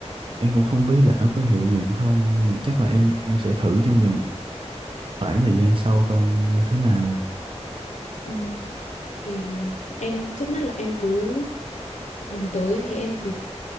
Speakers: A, on the right (about 50°); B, on the left (about 80°).
A: em cũng không biết là nó có hiệu nghiệm không nhưng mà chắc là em em sẽ thử trong vòng khoảng thời gian sau coi như thế nào
B: ừ, thì em trước mắt là em cứ lần tới thì em cứ